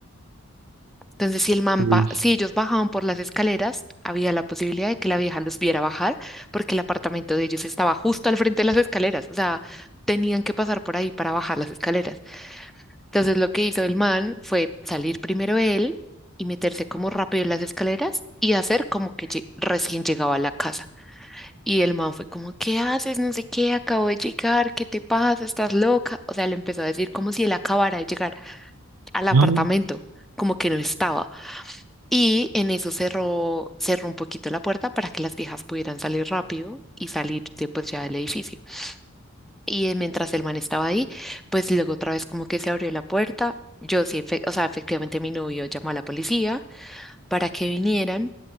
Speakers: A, in the centre; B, on the right (about 80°).
A: Entonces, si el man
B: Uy.
A: ba- si
B: <gasps>
A: ellos bajaban por las escaleras, había la posibilidad de que la vieja los viera bajar, porque el apartamento de ellos estaba justo al frente de las escaleras, o sea, tenían que pasar por ahí para bajar las escaleras. Entonces, lo que hizo el man fue salir primero él y meterse como rápido en las escaleras y hacer como que lle- recién llegaba a la casa. Y el man fue como, ¿qué haces? No sé qué, acabo de llegar, ¿qué te pasa? ¿Estás loca? O sea, le empezó a decir como si él acabara de llegar al apartamento,
B: Mm.
A: como que no estaba. Y en eso cerró, cerró un poquito la puerta para que las viejas pudieran salir rápido y salir de, pues, ya del edificio. Y eh, mientras el man estaba ahí, pues luego otra vez como que se abrió la puerta. Yo sí, efe- o sea, efectivamente mi novio llamó a la policía para que vinieran.